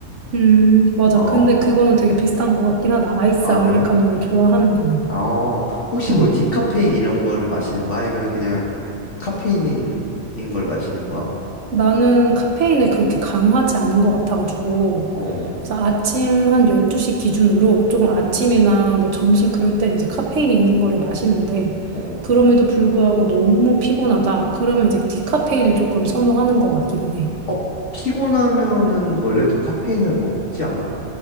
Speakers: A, on the right; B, on the left.
A: 음, 맞아.
B: 어.
A: 근데 그거는 되게 비슷한 것 같긴 하다. 아이스
B: 아,
A: 아메리카노를
B: 그래?
A: 좋아하는 거는.
B: 어. 혹시
A: 음.
B: 뭐 디카페인 이런 거를 마시는 거야? 아니면은 그냥 카페인인 걸 마시는 거야?
A: 나는 카페인에 그렇게 강하지 않은 것 같아가지고.
B: 어.
A: 그래서 아침 한 12시 기준으로 조금 아침이나
B: 어.
A: 뭐 점심 그럴 땐 이제 카페인 있는 거를 마시는데,
B: 어.
A: 그럼에도 불구하고 너무 피곤하다. 그러면 이제 디카페인을 조금 선호하는 것 같기는 해.
B: 어, 피곤하면은 원래 더 카페인을 먹지 않아?